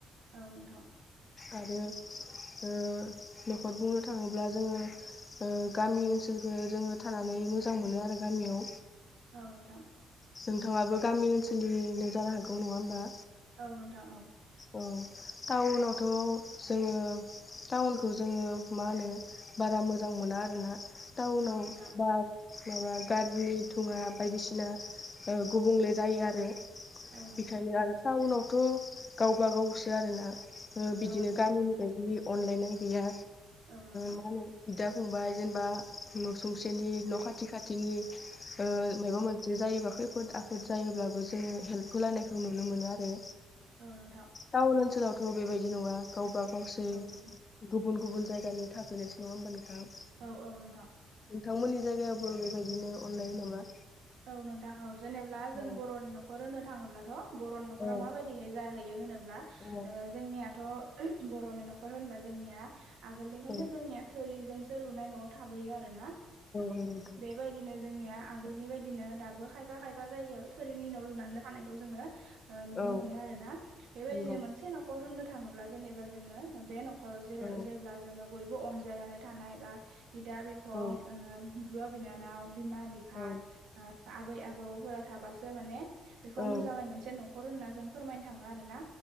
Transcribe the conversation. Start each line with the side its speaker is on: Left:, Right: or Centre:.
Right: औ नोंथां
Left: आरो न'खर बुंनो थाङोब्ला जोंङो। गामि ओनसोलख जोंङो थानानै मोजां मोनो आरो गामियाव।
Right: औ नोंथां।
Left: नोंथाङाबो गामि ओनसोलनिनो जानो हागौ नङा होमबा।
Right: औ नोंथां औ।
Left: औ टाउनावथ जोंङो। टाउनखौ जोंङो मा होनो बारा मोजां मोना आरोना टाउनाव
Right: औ नोंथां
Left: बा। माबा गारिनि थुंङा बायदिसिना गुबुंले जायो आरो। बेखायनो
Right: औ
Left: आरो टाउनावथ गावबा गावसो आरोना।
Right: नोंथां
Left: बिदिनो गामिनि बायदि अनलायनाय गैया
Right: औ नोंथां औ नोंथां
Left: मा होनो बिदा। फंबाय जेनेबा न सुंसेनि न खाथि खाथिनि माबा मोनसे जायोबा। खैफोद आफोद जायोब्लाबो जोंङो हेल्प होलायनायखौ नुनो मोनो आरो।
Right: औ नोंथां
Left: टाउन ओनसोलावथ' बेबायदि नङा गावबा -गावसो
Right: औ
Left: गुबुन गुबुन। जायगानि थाफैनाय सुबुं नङा होनबा नोंथां?
Right: औ औ नोंथां
Left: नोंथांमोननि जायगायावबो बेबायदिनो अनलायो नामा?
Right: औ नोंथां औ जेनेबा जों
Left: औ
Right: बर'नि नखर होननो थाङोब्लाथ' बर' नखरा
Left: औ
Right: माबायदिहै जाहैयो होनोब्ला
Left: औ
Right: जोंनियाथ' बर'नि नखर होनबा जोंनिया आगोलनिफ्रायनो
Left: औ
Right: जोंनि थोरिजों लुनाय नआव थाबोयो आरो ना औ
Left: नंगौ नोंथां
Right: बेबायदिनो जोंनिया आगोलनिबादि बिदिनो दाबो खायफा -खायफा जायगायाव थोरिनि न' लुनानै थानायखौ जोंङो नुनो
Left: औ
Right: मोनो आरो ना। बेबायदिनो
Left: नंगौ
Right: मोनसे नखर होननो थाङोब्ला जेनेबा जोंङो बे नखर नखराव
Left: औ
Right: जेब्ला जोंङो बयबो अनज्लायनानै थानाय बा बिदा- बिफं
Left: औ
Right: ओ बिब' -बिनानाव, बिमा -बिफा,
Left: औ
Right: आबै -आबौफोरा थाबासो माने बेखौ
Left: औ
Right: मोजांङै मोनसे नखर होनना जों फोरमायनो थांङो आरो ना